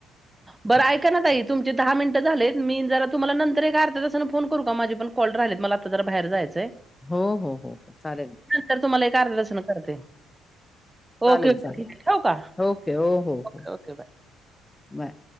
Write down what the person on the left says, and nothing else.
हो हो हो हो चालेल.
चालेल
चालेल
ओके हो हो
हो
बाय.